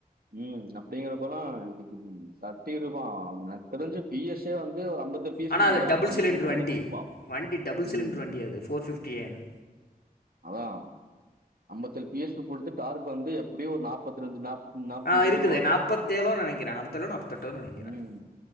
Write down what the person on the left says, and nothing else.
ஆனால்
அது
டபுள் சிலிண்ட்ரு
வண்டி
வண்டி டபுள் சிலிண்ட்ரு
வண்டி அது ஃபோர் ஃபிஃப்டிஏன்னு
ஆ
இருக்குது நாற்பத்தேழோ நினைக்கிறேன் நாற்பத்தேழோ நாற்பத்தெட்டோ நினைக்கிறேன்